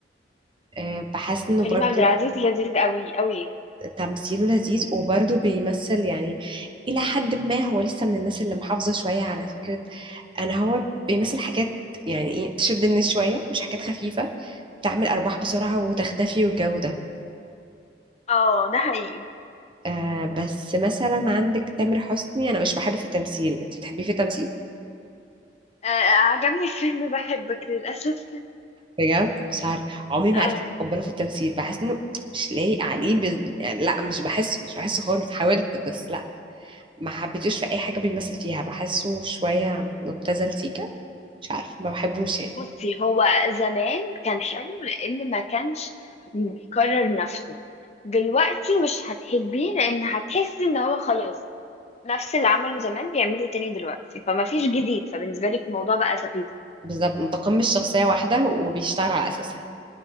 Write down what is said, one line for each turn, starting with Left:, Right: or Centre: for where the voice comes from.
Right: أه بحس انه
Left: كريم
Right: برضه
Left: عبد العزيز لذيذ قوي قوي
Right: تمثيله لذيذ وبرضه بيمثل يعني الى حد ما هو لسه من الناس اللي محافظه شويه على فكره انا هو بيمثل حاجات يعني ايه تشد الناس شويه مش حاجات خفيفه تعمل ارباح بسرعه وتختفي والجو ده
Left: اه ده حقيقي
Right: آه بس مثلا عندك تامر حسني انا مش بحبه في التمثيل انت بتحبيه في التمثيل
Left: آه، عجبني الفيلم بحبك للأسف
Right: بجد مش عارف عمري
Left: اه
Right: ما عرفت اتقبله في التمثيل بحس انه مش لايق عليه بز... يعني لا مش بحسه مش بحسه خالص حاولت بس لا ما حبيتوش في اي حاجه بيمثل فيها بحسه شويه مبتذل سيكا مش عارف ما بحبوش يعني
Left: بصي هو زمان كان حلو لأن ما كانش بيكرر نفسه دلوقتي مش هتحبيه لأن هتحسي إن هو خلاص نفس اللي عمله زمان بيعمله تاني دلوقتي فما فيش جديد فبالنسبة لك الموضوع بقى سخيف
Right: بالظبط متقمص شخصيه واحده وبيشتغل على اساسها